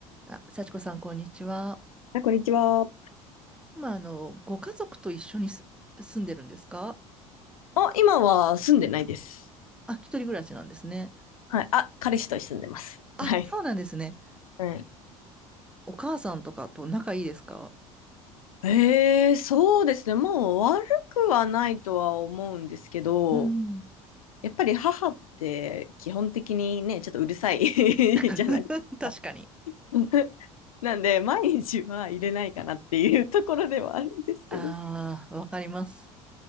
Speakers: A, in the centre; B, on the left.
A: あ、幸子さん、こんにちは。
B: あ、こんにちは。
A: まあ、あの、ご家族と一緒にす住んでるんですか
B: あ、今は住んでないです。
A: あ、一人暮らしなんですね。
B: はい。あ、彼氏と住んでます。
A: あ、
B: はい。
A: そうなんですね。
B: はい。
A: お母さんとかと仲いいですか
B: ええそうですね。もう悪くはないとは思うんですけど、
A: うん。
B: やっぱり母って基本的にね、ちょっとうるさい <laughs>
A: <laughs>
B: じゃないですか。
A: 確かに。
B: <laughs> なんで、毎日は入れないかなっていうところではあるんですけど。
A: ああ、わかります。